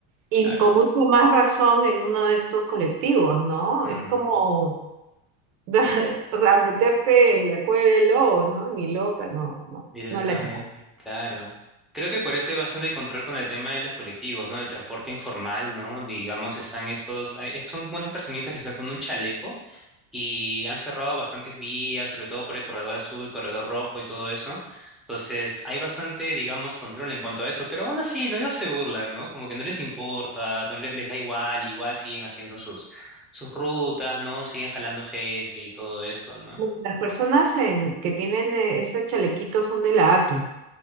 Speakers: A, on the right; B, in the centre.
A: Y
B: Claro.
A: con mucho más razón en uno de estos colectivos, ¿no?
B: Mm,
A: Es como <laughs> O sea, meterte en la cueva del lobo, ¿no? Ni loca, no, no.
B: directamente,
A: No la-
B: claro. Creo que por eso hay bastante control con el tema de los colectivos, ¿no? Del transporte informal, ¿no? Digamos, están esos, hay- son como unas personitas que están con un chaleco. y han cerrado bastantes vías, sobre todo por el corredor azul, corredor rojo y todo eso. Entonces, hay bastante, digamos, control en cuanto a eso, pero aún así, no, ellos se burlan, ¿no? Como que no les importa, no le- les da igual, igual siguen haciendo sus, sus rutas, ¿no? Siguen jalando gente y todo eso, ¿no?
A: Las personas en, que tienen eh, ese chalequito son de la ATU.